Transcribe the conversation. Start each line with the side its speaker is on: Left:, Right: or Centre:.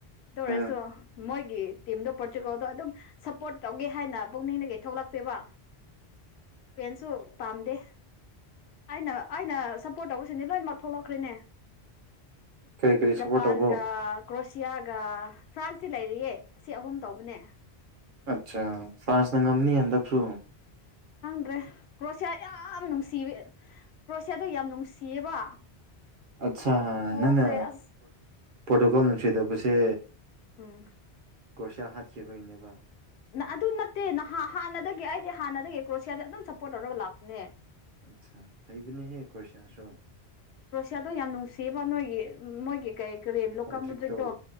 Left: ꯑꯗꯨꯔ
Right: ꯎꯝ
Left: ꯃꯣꯏꯒꯤ ꯇꯤꯝꯗꯣ ꯄꯣꯔꯇꯨꯒꯜꯗꯣ ꯑꯗꯨꯝ ꯁꯞꯄꯣꯔꯠ ꯇꯧꯒꯦ ꯍꯥꯏꯅ ꯄꯨꯛꯅꯤꯡꯅ ꯀꯩꯊꯂꯛꯇꯦꯕ ꯁꯦꯟꯁꯨ ꯄꯥꯝꯗꯦ ꯑꯩꯅ ꯑꯩꯅ ꯁꯞꯄꯣꯔꯠ ꯇꯧꯕꯁꯤꯗꯤ ꯂꯣꯏꯅꯃꯛ ꯊꯣꯛꯂꯛꯈ꯭ꯔꯦꯅꯦ
Right: ꯀꯔꯤ ꯀꯔꯤ ꯁꯞꯄꯣꯔꯠ
Left: ꯖꯄꯥꯟꯒ
Right: ꯇꯧꯕ꯭ꯔꯣ
Left: ꯀ꯭ꯔꯣꯁꯤꯌꯥꯒ ꯐ꯭ꯔꯥꯟꯁꯁꯤ ꯂꯩꯔꯤꯌꯦ ꯑꯁꯤ ꯑꯍꯨꯝ ꯇꯧꯕꯅꯦ
Right: ꯑꯆꯥ ꯐ꯭ꯔꯁꯅ ꯉꯝꯅꯤ ꯑꯗꯁꯨ
Left: ꯈꯪꯗ꯭ꯔꯦ ꯀ꯭ꯔꯣꯁꯤꯌꯥ ꯌꯥꯝ ꯅꯨꯡꯁꯤꯕ ꯀ꯭ꯔꯣꯁꯤꯌꯥꯗꯣ ꯌꯥꯝ ꯅꯨꯡꯁꯤꯌꯦꯕ
Right: ꯑꯠꯆꯥ
Left: ꯄꯣꯈ꯭ꯔꯦ
Right: ꯅꯪꯅ
Left: ꯑꯁ
Right: ꯄ꯭ꯔꯣꯇꯣꯀꯣꯜ ꯅꯨꯡꯁꯤꯗꯣꯛꯄꯁꯦ
Left: ꯎꯝ
Right: ꯨꯔꯁꯤ ꯍꯥꯦꯕ ꯏꯩꯅꯕ
Left: ꯑꯗꯨ ꯅꯠꯇꯦ ꯅ ꯍꯥꯟꯅꯗꯒꯤ ꯑꯩꯗꯤ ꯍꯥꯟꯅꯗꯒꯤ ꯀ꯭ꯔꯣꯁꯤꯌꯥꯗ ꯑꯗꯨꯝ ꯁꯞꯄꯣꯔꯠ ꯇꯧꯔꯒ ꯂꯥꯛꯄꯅꯦ
Right: ꯑꯆꯥ ꯍꯩ ꯄꯅꯦ ꯍꯦ ꯀꯣꯏꯁ ꯑꯁꯣ
Left: ꯀ꯭ꯔꯣꯁꯤꯌꯥꯗꯣ ꯌꯥꯝ ꯅꯨꯡꯁꯤꯕ ꯅꯣꯏꯒꯤ ꯅꯣꯏꯒꯤ ꯀꯩ ꯀꯔꯤ ꯂꯣꯀꯥ
Right: ꯃꯣꯗ꯭ꯔꯤꯛꯇꯣ
Left: ꯃꯨꯗ꯭ꯔꯤꯛꯇꯣ